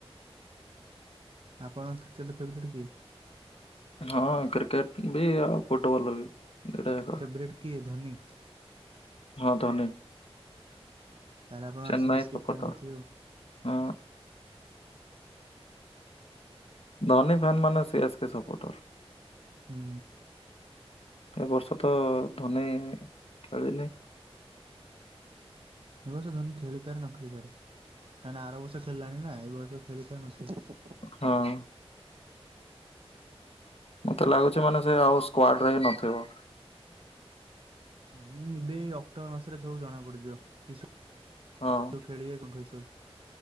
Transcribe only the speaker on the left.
ହଁ କ୍ରିକେଟ ବି ଆଉ ଫୁଟବଲ ବି। ଦିଟା ଯାକ
ହଁ ଧନୀ।
Chennai
supporter
ହଁ। ଧନୀ ଫ୍ୟାନ ମାନେ ସିଏସ୍ କେ ସପୋର୍ଟର।
ଏ ବର୍ଷ ତ ଧୋନୀ ଖେଳିନି।
ହଁ ମତେ ଲାଗୁଛି ମାନେ ସେ ଆଉ ସ୍କ୍ୱାଡ଼ରେ ହିଁ ନଥିବ।
ହଁ